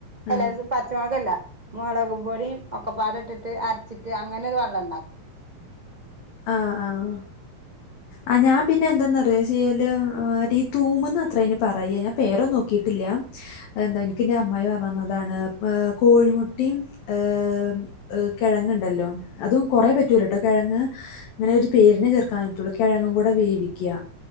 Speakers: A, on the left (about 75°); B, on the right (about 20°).
A: ആ
B: അല്ല. പച്ചമുളകല്ല മുളകുപൊടിം ഒക്കപ്പാടട്ട്ട്ട് അര്ച്ചിട്ട് അങ്ങനെരു വള്ളണ്ടാക്കും.
A: ആഹ് ആഹ്. ആഹ് ഞാൻ പിന്നെ എന്തന്നറിയോ ചെയ്യല് ആ രീ തൂമ്ന്നത്രേ അയ്ന് പറയ ഞാൻ പേരൊന്നോക്കിട്ടില്ല. അ എന്താ ഇൻക്ക്ന്റെ അമ്മായി പർഞ്ഞന്നതാണ് ഏഹ് കോഴിമുട്ടിം ഏഹ്. എഹ് കെഴങ്ങങ്ണ്ടല്ലോ അതും കൊറേ പറ്റൂലട്ടോ കെഴങ്ങ്. അങ്ങനൊരു പേര്നെ ചേർക്കാൻ പറ്റുള്ളൂ കെഴങ്ങുംകൂടെ വേവിക്ക്യ.